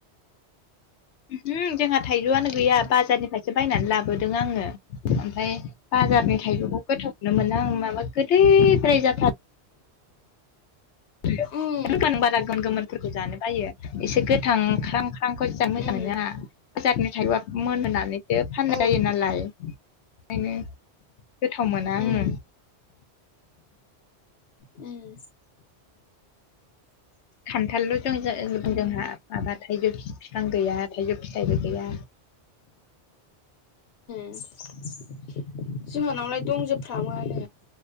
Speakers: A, on the left (about 85°); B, on the left (about 65°).
A: ओंहो जोंहा थाइजौआनो गैया बाजारनिफ्रायसो बायनानै लाबोदों आंङो। ओमफाय बाजारनि थाइजौखौ गोथावखौनो मोनो आं माबा गोदैद्राय जाथा रो।
B: उम
A: <unintelligible> बारा गोमोन गोमोनफोरखौ जानो बायो एसे गोथां ख्राम ख्रामखौसो जानो मोजां
B: उम
A: मोनो आंहा। बाजारनि थाइबा मोनहोनानैसो फाननाय
B: ओ
A: जायो नालाय। ओंखायनो गोथाव मोना आंङो।
B: उम उम
A: खान्थालल' जों
B: उम
A: जोंहा माबा थाइजौ बिफां गैया थाइजौ फिथाइबो गैया।
B: उम जोंहानावलाय दंजोबफ्रामो।